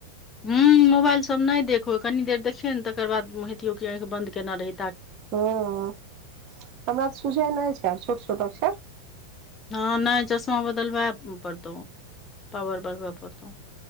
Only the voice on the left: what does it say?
हू मोबाइल सब नहि देखहो कनी देर देखियौ ने तकर बाद हेतियौ की आँखि बंन्द केना रहित
हँ नहि चश्मा बदलबै पड़तौ पावर बढ़बऽ पड़तौ